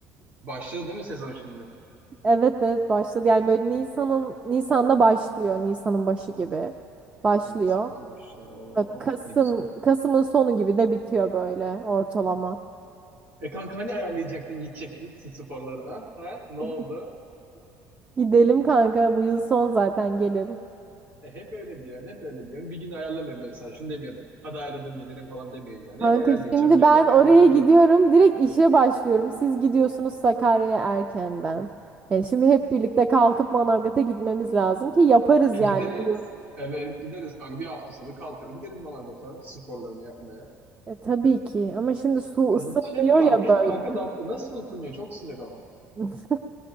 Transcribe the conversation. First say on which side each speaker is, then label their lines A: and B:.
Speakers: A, on the right; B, on the right.
A: Başladı değil mi sezon şimdi?
B: Evet evet başladı. Yani böyle Nisan'ın Nisan'da başlıyor. Nisan'ın başı gibi başlıyor.
A: Nisan'da başlıyor. Oo,
B: Böyle Kasım
A: ne güzel.
B: Kasım'ın sonu gibi de bitiyor böyle ortalama.
A: E kanka hani ayarlayacaktın gidecektik siz sporlarına? Ha? Ne
B: E,
A: oldu?
B: Gidelim kanka bu yıl son zaten gelin.
A: E, hep öyle diyorsun, hep öyle diyorsun. Bir gün ayarlamıyorum mesela. Şunu demiyorsun. Hadi ayarladım gidelim falan demiyorsun yani.
B: Kanka
A: Hep ayarlayacağım
B: şimdi
A: gelin,
B: ben
A: hep
B: oraya
A: ayarlayacağım
B: gidiyorum.
A: gelin.
B: Direkt işe başlıyorum. Siz gidiyorsunuz Sakarya'ya erkenden. Yani şimdi hep birlikte kalkıp Manavgat'a gitmemiz lazım ki yaparız
A: E,
B: yani
A: gideriz.
B: bu yıl.
A: Evet gideriz kanka. Bir hafta sonu kalkar gideriz Manavgat'a sporlarını yapmaya.
B: E, tabii ki ama şimdi su
A: Ya
B: ısınmıyor
A: hiç hep kanka,
B: ya
A: hep
B: böyle.
A: kanka lafta. Nasıl ısınıyor? Çok sıcak ama.
B: <laughs>